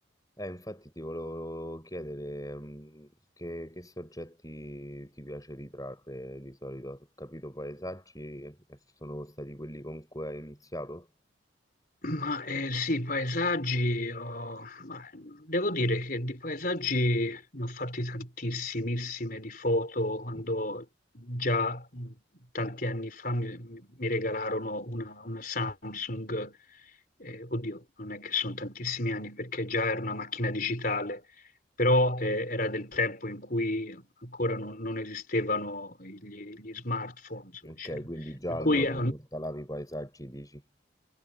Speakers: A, on the left; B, on the left.
A: Eh, infatti ti volevo chiedere mh, che, che soggetti ti piace ritrarre di solito. Ho capito paesaggi, eh, sono stati quelli con cui hai iniziato?
B: Ma eh, sì, paesaggi, ho- ma, devo dire che di paesaggi ne ho fatti tantissimissime di foto quando
A: Mm,
B: già mh, tanti anni fa mi, mi regalarono una, una Samsung, eh, oddio, non è che sono tantissimi anni perché già era una macchina digitale, però eh, era del tempo in cui ancora non, non esistevano gli, gli smartphone,
A: Ok,
B: c'era-
A: quindi già
B: per
A: allora
B: cui eh,
A: immortalavi i paesaggi, dici?